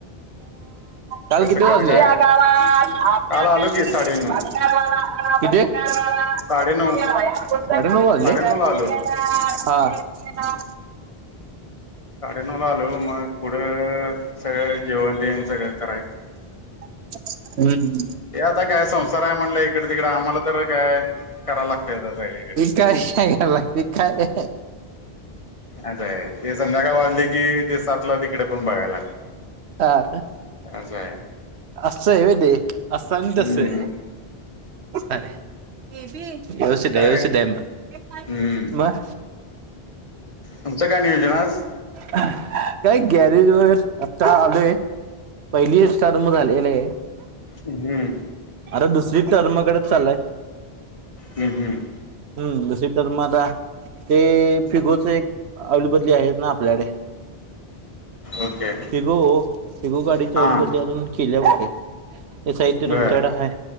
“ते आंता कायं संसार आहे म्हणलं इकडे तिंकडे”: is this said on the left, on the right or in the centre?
Left